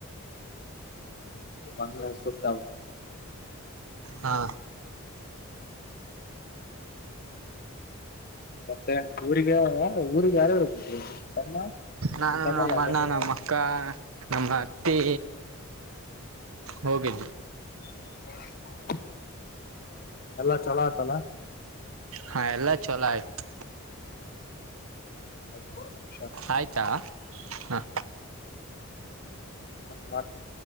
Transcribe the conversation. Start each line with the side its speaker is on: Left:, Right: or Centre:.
Left: ಬ ಸಸ್ತಟ
Right: ಹಾ
Left: ಮತ್ತೆ ಊರಿಗೆ ಯಾರ ಊರಿಗೆ ಯಾರು ಹ ತಮ್ಮ
Right: ನಾನು
Left: ನಿಮ್ ತಮ್ಮಲ್ಲ
Right: ನಮ್ಮ
Left: ನೆನ್ನೆ.
Right: ಅಣ್ಣ ನಮ್ಮ ಅಕ್ಕ ನಮ್ಮ ಅತ್ತಿ ಹೋಗಿದ್ದಿ
Left: <inaudible> ಎಲ್ಲಾ ಚಲೋ ಆತಲ್ಲ
Right: ಹಾ ಎಲ್ಲಾ ಚಲೋ ಆಯ್ತು
Left: ಅ
Right: ಆಯ್ತಾ ಹಾ
Left: ಮಾಡತ